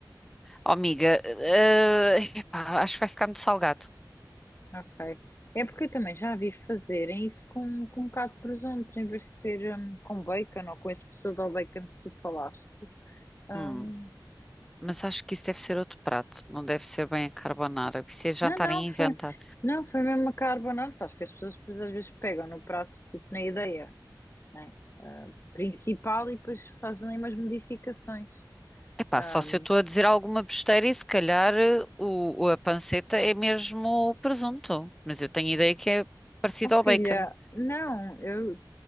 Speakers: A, in the centre; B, on the left.
A: Oh, amiga, eh, <laughs> epá, acho que vai ficar muito salgado.
B: Ok. É porque eu também já vi fazerem isso com, com um bocado de presunto, em vez de ser hum, com bacon ou com esse pseudo bacon que tu falaste. Hum,
A: Hum, mas acho que isso deve ser outro prato, não deve ser bem a carbonara, porque isso é jantar
B: não, não,
A: a inventar.
B: foi, não, foi mesmo a carbonara. Acho que as pessoas depois às vezes pegam no prato, tipo na ideia, né? Principal e depois fazem ali umas modificações.
A: Epá,
B: Hum,
A: só se eu estou a dizer alguma besteira e se calhar eh, o, o- a panceta é mesmo o presunto, mas eu tenho ideia que é parecido
B: oh, filha,
A: ao bacon.
B: não, eu